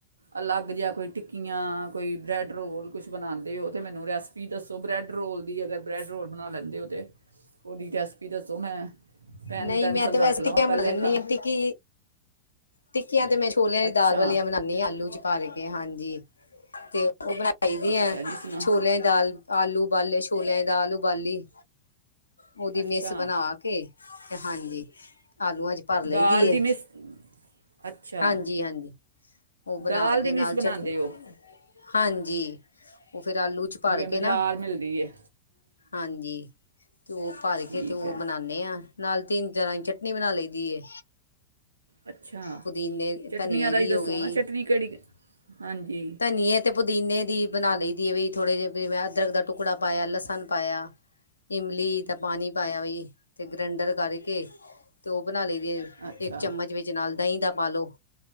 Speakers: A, on the right; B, on the left.
A: ਅਲੱਗ ਜਿ ਕੋਈ ਟਿੱਕੀਆਂ, ਕੋਈ ਬ੍ਰੈਡ ਰੋਲ, ਕੁਛ ਬਣਾਉਂਦੇ ਹੋ ਤਾਂ ਮੈਨੂੰ ਰੈਸਪੀ ਦੱਸੋ ਬ੍ਰੈਡ ਰੋਲ ਦੀ, ਅਗਰ ਬ੍ਰੈਡ ਰੋਲ ਬਣਾ ਲੈਂਦੇ ਹੋ ਤਾਂ, ਉਹਦੀ ਰੈਸਪੀ ਦੱਸੋ। ਮੈਂ ਪੈਨ
B: ਨਹੀਂ
A: ਪੈਨਸਲ
B: ਮੈਂ ਤੇ ਵੈਸੇ,
A: ਰੱਖ ਲਵਾਂ
B: ਟਕੀਆਂ
A: ਪਹਿਲੇ
B: ਬਣਾ ਲੈਂਦੀ
A: ਤਾਂ
B: ਹ ਟਿੱਕੀ ਟਿੱਕੀਆਂ ਤੇ ਮੈਂ ਛੋਲਿਆਂ ਦੀ
A: ਅੱਛਾ
B: ਦਾਲ ਵਾਲੀਆਂ ਬਣਾਦੀ ਹਾਂ। ਆਲੂ ਚ ਪਾ ਕੇ ਹਾਂਜੀ। ਜੀ ਤੇ। ਉਹ ਬਣਾਈ ਦੀ
A: ਅੱਛਾ
B: ਆ,
A: ਜੀ ਸੁਣਾ
B: ਛੋਲਿਆਂ ਦੀ ਦਾਲ ਆਲੂ ਬਾਲੇ, ਛੋਲਿਆਂ ਦੀ ਦਾਲ ਉਬਾਲੀ। ਉਹਦੀ
A: ਅੱਛਾ
B: ਮਿਸ ਬਣਾ ਕੇ ਤੇ ਹਾਂਜੀ। ਆਲੂਆਂ ਚ ਭਰ ਲਈ
A: ਦਾਲ
B: ਦੀਏ,
A: ਦੀ ਮਿਸ ਅੱਛਾ
B: ਹਾਂਜੀ-ਹਾਂਜੀ ਉਹ ਬਣਾ
A: ਦਾਲ
B: ਕੇ,
A: ਦੀ ਮਿਸ
B: ਨਾਲ ਚਟਨੀ
A: ਬਣਾਉਂਦੇ ਹੋ
B: ਹਾਂਜੀ। ਉਹ ਫਿਰ ਆਲੂ ਚ ਭਰ
A: ਜਿਵੇਂ ਬਾਜ਼ਾਰ
B: ਕੇ ਨਾ
A: ਮਿਲਦੀ ਏ।
B: ਹਾਂਜੀ। ਤੇ ਉਹ ਭਰ
A: ਠੀਕ
B: ਕੇ ਤੇ, ਓ
A: ਹੈ
B: ਬਨਾਉਂਦੇ ਆਂ। ਨਾਲ ਤਿੰਨ ਤਰ੍ਹਾਂ ਦੀ, ਚਟਨੀ ਬਣਾ ਲਈ ਦੀ ਏ।
A: ਅੱਛਾ,
B: ਪੁਦੀਨੇ
A: ਚਟਨੀਆਂ
B: ਧਨੀਏ
A: ਦਾ
B: ਦੀ
A: ਹੀ ਦੱਸੋ
B: ਹੋ ਗਈ
A: ਨਾ ਚਟਨੀ ਕਿਹੜੀ? ਹਾਂਜੀ
B: ਧਨੀਏ ਤੇ ਪੁਦੀਨੇ ਬਣਾ ਲਈ ਦੀਏ, ਵੀ ਥੋੜੇ ਜਿਹੇ ਮੈਂ ਅਦਰਕ ਦਾ ਟੁਕੜਾ ਪਾਇਆ, ਲਸਣ ਪਾਇਆ। ਇਮਲੀ ਦਾ ਪਾਣੀ ਪਾਇਆ। ਤੇ ਗਰੈਂਡਰ ਕਰਕੇ, ਤੇ ਉਹ ਬਣਾ ਲਈ ਦੀ,
A: ਅੱਛਾ
B: ਇੱਕ ਚਮਚ ਵਿੱਚ ਨਾਲ ਦਹੀਂ ਦਾ ਪਾਲੋ।